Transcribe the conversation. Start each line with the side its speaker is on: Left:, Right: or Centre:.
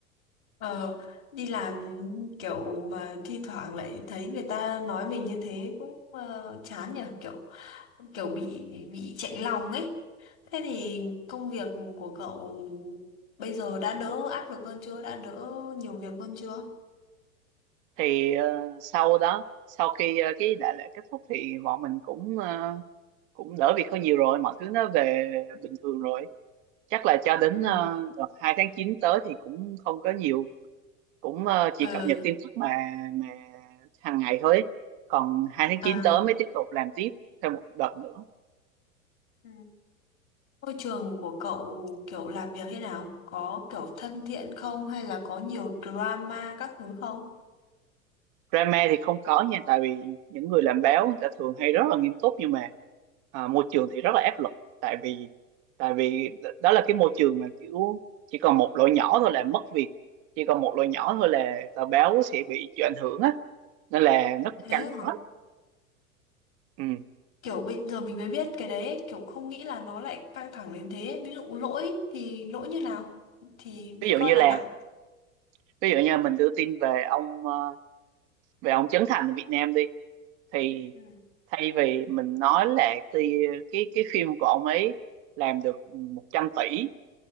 Left: Ờ, đi làm kiểu mà thi thoảng lại thấy người ta nói mình như thế cũng ờ, chán nhỉ, kiểu kiểu bị bị chạy lòng ấy. Thế thì công việc của cậu bây giờ đã đỡ áp lực hơn chưa? Đã đỡ nhiều việc hơn chưa?
Right: thì ờ, sau đó sau khi ờ, cái đại lễ kết thúc thì bọn mình cũng ờ, cũng đỡ việc hơn nhiều rồi mọi thứ nó về bình thường rồi chắc là cho đến
Left: Ừ.
Right: ờ, đợt 2 tháng chín tới thì cũng không có nhiều cũng ờ, chỉ
Left: Ừ.
Right: cập nhật tin tức mà mà hàng ngày thôi còn hai tháng
Left: À.
Right: chín tới mới tiếp tục làm tiếp thêm một đợt nữa
Left: Ừ. Môi trường của cậu kiểu làm việc thế nào? Có kiểu thân thiện không hay là có nhiều drama các thứ không?
Right: drama thì không có nha tại vì những người làm báo người ta thường hay rất là nghiêm túc nhưng mà à, môi trường thì rất là áp lực tại vì tại vì đ- đó là cái môi trường mà kiểu chỉ còn một lỗi nhỏ thôi là mất việc chỉ còn một lỗi nhỏ thôi là tờ báo sẽ bị chịu ảnh hưởng á nên là nó cũng
Left: Thế
Right: căng
Left: hả?
Right: thẳng lắm ừ.
Left: Kiểu bây giờ mình mới biết cái đấy ấy, kiểu không nghĩ là nó lại căng thẳng đến thế. Ví dụ lỗi thì lỗi như nào thì bị
Right: ví dụ
Left: coi
Right: như là
Left: là nặng.
Right: ví dụ như mình đưa tin về ông ờ, về ông Trấn Thành ở Việt Nam đi thì
Left: Ừ.
Right: thay vì mình nói là ti- cái cái phim của ông ấy làm được một trăm tỷ